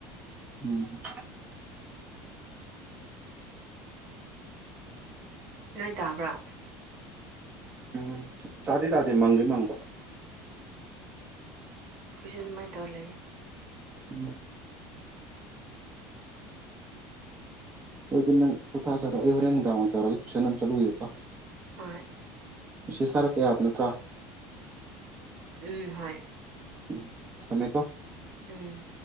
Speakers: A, on the right (about 30°); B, on the right (about 65°).
A: ꯎꯝ꯫
B: ꯅꯣꯏ ꯇꯥꯕ꯭ꯔꯥ꯫
A: ꯎꯝ ꯇꯥꯗꯤ ꯇꯥꯗꯦ ꯃꯪꯗꯤ ꯃꯪꯕ
B: ꯍꯧꯁꯨ ꯗꯨꯃꯥꯏꯅ ꯇꯧꯔ ꯂꯩꯌꯦ꯫
A: ꯎꯝ꯫ ꯍꯣꯏ ꯑꯗꯨ ꯅꯪ ꯄꯣꯊꯥꯖꯔꯣ ꯑꯩ ꯍꯣꯔꯦꯟ ꯅꯨꯡꯗꯥꯡ ꯋꯥꯏ ꯇꯧꯔꯒ ꯇꯨꯏꯟ ꯑꯃ ꯆꯠꯂꯨꯏꯦꯀꯣ꯫
B: ꯍꯣꯏ꯫
A: ꯃꯦꯁꯦꯁ ꯊꯔꯛꯀꯦ ꯌꯥꯕ ꯅꯠꯇ꯭ꯔꯥ꯫
B: ꯎꯝ ꯍꯣꯏ ꯫
A: ꯎꯝ ꯊꯝꯃꯦ ꯀꯣ
B: ꯎꯝ